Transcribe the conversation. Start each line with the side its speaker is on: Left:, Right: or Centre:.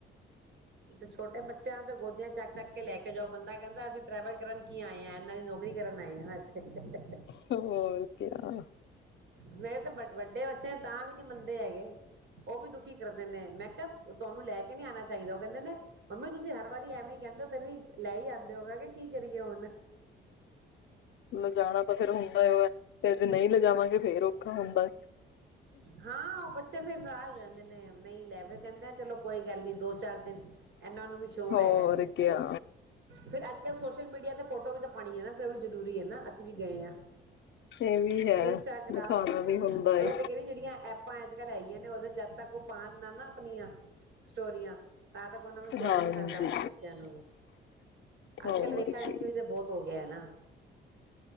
Right: ਤੇ ਛੋਟੇ ਬੱਚਿਆਂ ਤੇ ਗੋਦੀਆਂ ਚੱਕ ਚੱਕ ਕੇ ਲੈ ਕੇ ਜਾਓ ਬੰਦਾ ਕਹਿੰਦਾ ਅਸੀਂ ਟਰੈਵਲ ਕਰਨ ਕੀ ਆਏ ਆ ਇਹਨਾਂ ਦੀ ਨੌਕਰੀ ਕਰਨ ਆਏ ਆਂ। <inaudible>
Left: ਤੇ ਹੋਰ ਕਿਆ
Right: ਮੇਰੇ ਤਾਂ ਵੱਡੇ ਬੱਚੇ ਤਾਂ ਵੀ ਨੀ ਮੰਨਦੇ ਹੈਗੇ ਉਹ ਵੀ ਦੁਖੀ ਕਰ ਦਿੰਦੇ ਮੈਂ ਕਿਹਾ ਤੁਹਾਨੂੰ ਲੈ ਕੇ ਨਹੀਂ ਆਣਾ ਚਾਹੀਦਾ। ਕਹਿੰਦੇ ਨੇ ਮੰਮੀ ਤੁਸੀਂ ਹਰ ਵਾਰੀ ਐਵੇਂ ਕਹਿੰਦੇ ਹੋ ਫੇਰ ਵੀ ਲੈ ਹੀ ਆਉਂਦੇ ਹੋ ਮੈਂ ਕਿਹਾ ਕੀ ਕਰੀਏ ਹੁਣ
Left: ਲਿਜਾਣਾ ਤਾਂ ਫੇਰ ਹੁੰਦਾ ਉਹ ਹੈ ਫ ਜੇ ਨਹੀਂ ਲਿਜਾਵਾਂਗੇ ਫੇਰ ਔਖਾ ਹੁੰਦਾ।
Right: ਹਾਂ, ਉਹ ਬੱਚੇ ਫੇਰ ਨਾਰਾਜ਼ ਹੋ ਜਾਂਦੇ ਨੇ ਨਹੀਂ ਲੈ ਫਿਰ ਕਹਿੰਦੇ ਆ ਚਲੋ ਕੋਈ ਗੱਲ ਨੀ ਦੋ ਚਾਰ ਦਿਨ ਇਹਨਾਂ ਨੂੰ ਵੀ ਸ਼ੌਕ
Left: ਹੋਰ
Right: ਹੈਗਾ
Left: ਕਿਆ
Right: ਫੇਿਰ ਅੱਜ ਸੋਸ਼ਲ ਮੀਡੀਆ ਤੇ ਫੋਟੋ ਵੀ ਤਾਂ ਪਾਣੀ ਨਾ ਜਰੂਰੀ ਹੈ ਨਾ ਅਸੀਂ ਵੀ ਗਏ ਹਾਂ
Left: ਏ ਵੀ ਹੈ
Right: ਇੰਸਟਾਗ੍ਰਾਮ
Left: ਦਿਖਾਣਾ
Right: ਉਹ
Left: ਵੀ ਹੁੰਦਾ ਏ।
Right: ਐਪਾਂ ਅੱਜ ਕੱਲ੍ਹ ਹੈਈਆਂ ਨੇ ਉਹਦੇ ਜਦ ਤੱਕ ਉਹ ਪਾ ਨਾ ਨਾ ਆਪਣੀਆਂ ਸਟੋਰੀਆਂ ਤਾਂ ਤੱਕ ਉਹਨਾਂ ਨੂੰ ਚੈਨ
Left: ਹਾਂਜੀ
Right: ਨੀ ਪੈਂਦਾ ਫਿਰ ਬੱਚਿਆਂ ਨੂੰ ਵੀ ਅੱਜ
Left: ਹੋਰ
Right: ਕੱਲ ਵੇਖਾ ਵੇਖੀ
Left: ਕੀ
Right: ਵੀ ਤੇ ਬਹੁਤ ਹੋ ਗਿਆ ਨਾ